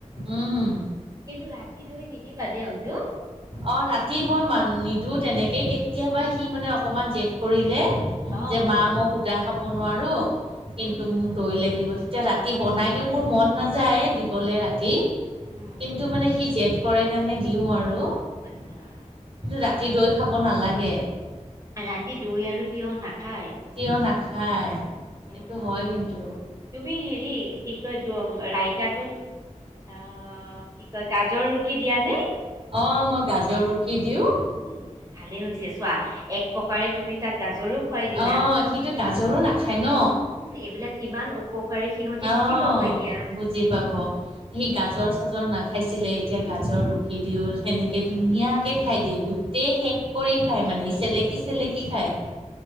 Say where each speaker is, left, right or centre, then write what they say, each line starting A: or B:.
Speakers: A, on the right; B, on the right.
A: উম,
B: কিন্তু ৰাতি দৈ নিদিবা দে অঞ্জু
A: অ', ৰাতি মই মান নিদিও তেনেকে কেতিয়াবা
B: উম,
A: সি মানে অকমান জেদ কৰিলে
B: অ',
A: যে মা
B: অ',
A: মোক সুদা খাব নোৱাৰো কিন্তু
B: উম,
A: মোক দৈ লাগিব এতিয়া ৰাতি বনাই দিওঁ মোৰ মন নাযায় দিবলৈ
B: উম,
A: ৰাতি
B: উম,
A: কিন্তু
B: উম।
A: মানে সি জেদ কৰে সেইকাৰণে দিওঁ আৰু
B: অ' আচ্ছা,
A: কিন্তু ৰাতি দৈ খাব নালাগে
B: ৰাতি দৈ আৰু তিয়হ নাখায়
A: কিয় নাখায় সেইটো
B: উম
A: হয় কিন্তু
B: তুমি হেৰি কি কয় ৰাইতাটোত অ' কি কয় গাজৰ ৰুকি দিয়া নে?
A: অ' মই গাজৰ ৰুকি দিওঁ
B: উম ভালে হৈছে চোৱা এক প্ৰকাৰে তুমি তাক গাজৰো খুৱাই দিলা।
A: অ', সিটো গাজৰো নাখায় ন
B: উম, এইবিলাক কিমান উপকাৰী সিহঁতি
A: অ'
B: বুজি পাব এতিয়া।
A: বুজি পাব সি গাজৰ-চাজৰ নাখায়। খাইছিলে এতিয়া
B: উম,
A: গাজৰ ৰুখি দিওঁ সেনেকৈ ধুনীয়াকৈ খাই দিয়ে গোটেই শেষ কৰি খাই মানে চেলেকি চেলেকি কি খাই